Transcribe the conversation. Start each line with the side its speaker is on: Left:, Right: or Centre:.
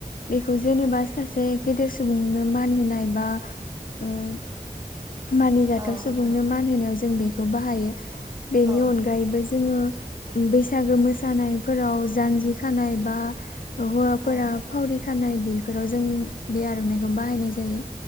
Left: बेखौ जेनेबा सासे गेदेर सुबुंनो मान होनाय बा ओम मानिजाथाव
Right: औ
Left: सुबुंनो
Right: नोंथां
Left: मान होनायाव जों बे खौ बाहायो बेनि
Right: औ
Left: अनगायैबो जोङो बैसागो मोसानायफोराव जानजि खानाय बा हौवाफोरा
Right: औ
Left: फावरि खानाय बेफोराव जों बे आर'नाइखौ बाहायनाय जायो।